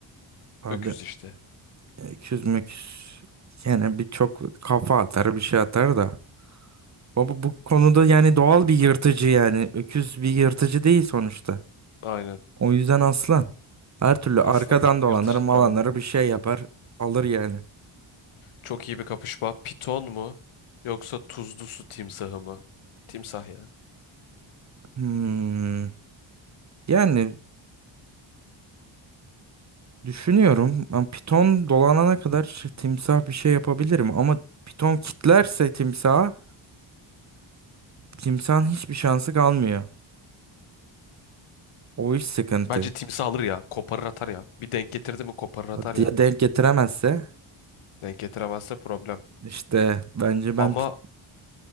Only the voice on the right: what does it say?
Abi
öküz müküz yani bir çok kafa atar bir şey atar da. Baba bu konuda yani doğal bir yırtıcı yani. Öküz bir yırtıcı değil sonuçta.
O yüzden aslan. Her türlü
arkadan
dolanır malanır
bir şey yapar. Alır yani.
Hmm. Yani düşünüyorum. Ben piton dolanana kadar şey- timsah bir şey yapabilirim. Ama piton kitlerse timsaha timsahın hiçbir şansı kalmıyor. O iş sıkıntı.
O diye
denk getiremezse
işte bence ben
pit-